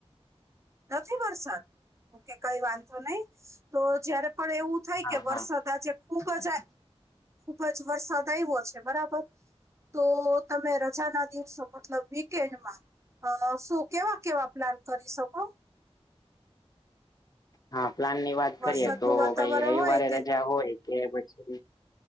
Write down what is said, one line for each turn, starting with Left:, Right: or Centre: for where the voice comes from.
Right: નથી વરસાદ ઓકે કઈ વાંધંધો નહી તો જયારે પણ એવું થાય
Left: હા
Right: કે વરસાદ
Left: હા
Right: આજે ખૂબ જ આ ખૂબ જ વરસાદ આવ્યો છે બરાબર તો તમે રજા ના દિવસો મતલબ વીકેન્ડમાં અહ શું કેવા કેવા પ્લાન કરી શકો?
Left: હા, પ્લાન ની વાત કરીએ
Right: વરસાદનું
Left: તો
Right: વાતાવરણ
Left: ભાઈ રવિવારે
Right: હોય તે
Left: રજા હોય. કે પછી